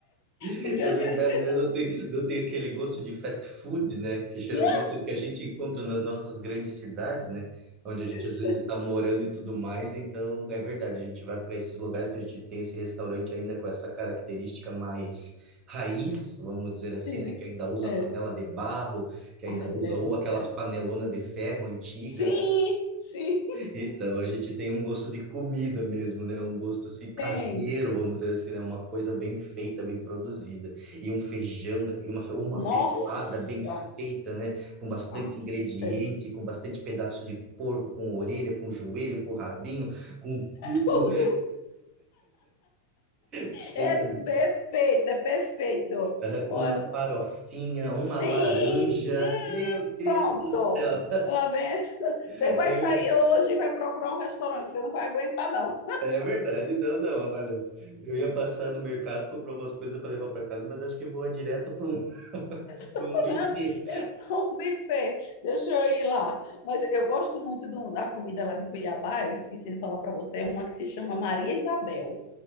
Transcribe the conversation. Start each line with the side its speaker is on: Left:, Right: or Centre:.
Right: <laughs>
Left: Porque
Right: É
Left: a
Right: verdade,
Left: gente.
Right: né? Não tem, não tem aquele gosto de fast food, né? Que geralmente
Left: Não.
Right: é o que a gente encontra nas nossas grandes cidades, né? Onde
Left: <laughs>
Right: a gente às vezes está morando e tudo mais. Então, é verdade, a gente vai para esses lugares que a gente tem esse restaurante ainda com essa característica mais raiz, vamos dizer assim,
Left: Sim,
Right: né? Que ainda usa
Left: é.
Right: panela de barro, que
Left: Ai,
Right: ainda usa
Left: delícia.
Right: ou aquelas panelonas de ferro antiga.
Left: Sim, sim,
Right: Então, a gente tem um gosto de comida mesmo, né? Um gosto assim caseiro,
Left: <laughs> tem.
Right: vamos dizer assim, né? Uma coisa bem feita, bem produzida. E um feijão, da- e uma, fe- uma feijoada
Left: Nossa,
Right: bem feita, né? Com bastante
Left: afe.
Right: ingrediente, com bastante pedaço de porco, com orelha, com joelho, com rabinho, com tudo.
Left: Tudo
Right: Feita,
Left: é perfeito, é perfeito.
Right: ah, com
Left: Ó,
Right: uma farofinha, uma
Left: Sim,
Right: laranja. Meu Deus
Left: pronto.
Right: do céu!
Left: Lá vem. <laughs>
Right: <laughs>
Left: Você vai sair hoje e vai procurar um restaurante. Você não vai aguentar, não.
Right: É verdade, não, não, olha, eu ia passar no mercado comprar umas coisas para levar para casa, mas acho que eu vou direto para um, <laughs>
Left: procurando.
Right: para um buffet.
Left: Eu vou <laughs> um buffet, deixa eu ir lá. Mas eu gosto muito do- da comida lá de Cuiabá, eu esqueci de falar para você, é uma que se chama Maria Isabel.